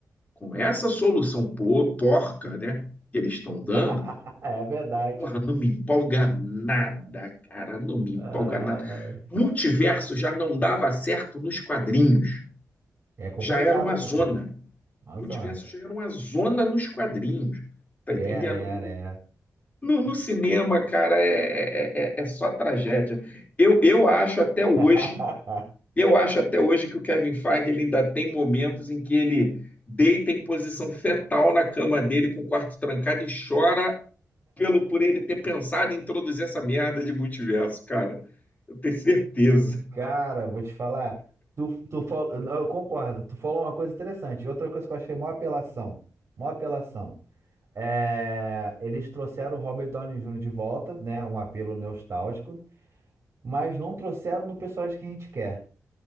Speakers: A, on the left (about 25°); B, on the right (about 45°).
A: com essa solução porca, né, que eles estão dando,
B: <laughs> É verdade.
A: porra, não me empolga nada, cara, não me empolga
B: Ai,
A: nada. Multiverso já não dava certo nos quadrinhos,
B: É complicado,
A: já era uma zona.
B: né, cara? Nossa,
A: Multiverso
B: mano.
A: já era uma zona nos quadrinhos, tá entendendo?
B: Era, era, era.
A: No, no cinema, cara, é, é, é- é só tragédia. Eu, eu acho até hoje
B: <laughs>
A: Eu acho até hoje que o Kevin Feige ele ainda tem momentos em que ele deita em posição fetal na cama dele com o quarto trancado e chora pelo por ele ter pensado em introduzir essa merda de multiverso, cara. Eu tenho certeza.
B: Cara, eu vou te falar. Tu, tu fal... Eu concordo. Tu falou uma coisa interessante. Outra coisa que eu achei mó apelação. Mó apelação. É... Eles trouxeram o Robert Downey Jr. de volta, né? Um apelo nostálgico. Mas não trouxeram no personagem que a gente quer.